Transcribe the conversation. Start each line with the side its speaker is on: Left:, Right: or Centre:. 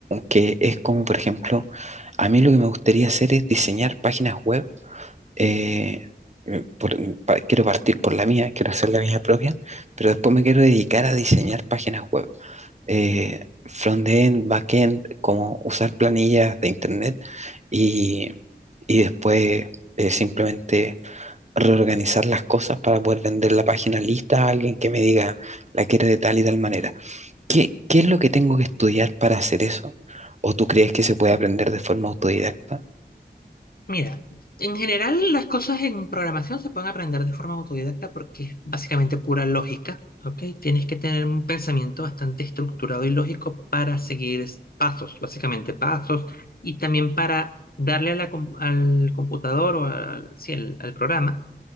Right: que es como, por ejemplo, a mí lo que me gustaría hacer es diseñar páginas web. eh, eh, por- pa- quiero partir por la mía, quiero hacer la mía propia, pero después me quiero dedicar a diseñar páginas web. eh, front-end, back-end, como usar planillas de internet y, y después eh, simplemente reorganizar las cosas para poder vender la página lista a alguien que me diga la quiero de tal y tal manera. ¿Qué, qué es lo que tengo que estudiar para hacer eso? ¿O tú crees que se puede aprender de forma autodidacta?
Left: Mira, en general las cosas en programación se pueden aprender de forma autodidacta porque es básicamente pura lógica, ¿ok? Tienes que tener un pensamiento bastante estructurado y lógico para seguir s- pasos, básicamente pasos, y también para darle a la com- al computador o al, sí, al- al programa